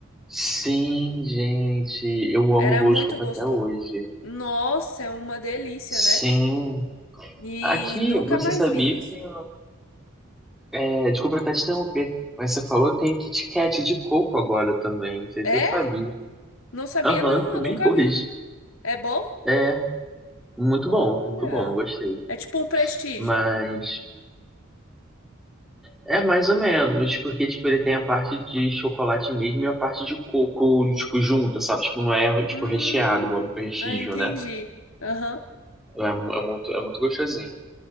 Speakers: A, in the centre; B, on the left.
A: Sim, gente. Eu amo
B: Era
A: bolo
B: muito
A: de coco
B: gostoso.
A: até hoje.
B: Nossa, é uma delícia,
A: Sim.
B: né? E
A: Aqui,
B: nunca
A: você
B: mais
A: sabia
B: vi
A: que
B: isso.
A: tem. É, desculpa até te interromper, mas você falou que tem Kit Kat de coco agora também. Não sei
B: É,
A: se eu sabia.
B: Não sabia,
A: Aham,
B: não,
A: comi
B: eu nunca
A: hoje.
B: vi. É bom?
A: É, muito
B: Olha.
A: bom, muito bom, eu gostei.
B: É tipo um prestígio.
A: Mas É mais ou menos, porque tipo, ele tem a parte de chocolate mesmo e a parte de coco, tipo, junta, sabe? Tipo, não é tipo
B: Hum,
A: recheado, igual no Prestígio,
B: eu entendi.
A: né?
B: Aham.
A: É, mu- é muito, é muito gostosinho.